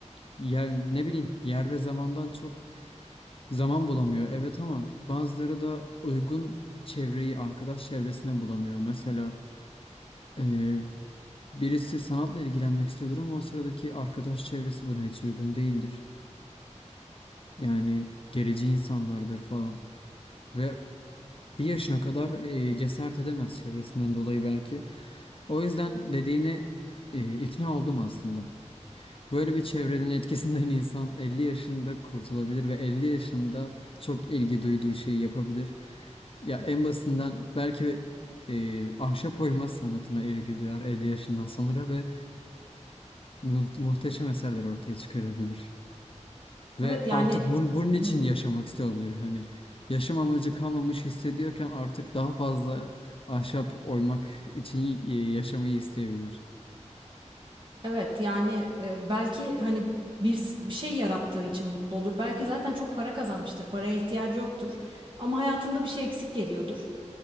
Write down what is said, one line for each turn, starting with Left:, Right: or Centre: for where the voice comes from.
Left: yer, ne bileyim yer ve zamandan çok zaman bulamıyor. Evet ama bazıları da uygun çevreyi arkadaş çevresine bulamıyor. Mesela ee, Birisi sanatla ilgilenmek istiyordur ama o sıradaki arkadaş çevresi buna hiç uygun değildir. Yani gerici insanlardır falan. Ve bir yaşına kadar e, cesaret edemez çevresinden dolayı belki. O yüzden dediğine e, ikna oldum aslında. Böyle bir çevrenin etkisinden <laughs> insan 50 yaşında kurtulabilir ve 50 yaşında çok ilgi duyduğu şeyi yapabilir. Ya en basitinden belki e, ahşap oyma sanatına ilgi duyar 50 yaşından sonra ve mu- muhteşem eserler ortaya çıkarabilir. Ve
Right: Evet yani
Left: artık bu, bunun için
Right: Hı hı.
Left: yaşamak istiyor olabilir. Hani yaşam amacı kalmamış hissediyorken artık daha fazla ahşap oymak için e, yaşamayı isteyebilir.
Right: evet yani e, belki hani bir, s- bir şey yarattığı için mutlu olur. Belki zaten çok para kazanmıştır. Paraya ihtiyacı yoktur. Ama hayatında bir şey eksik geliyordur.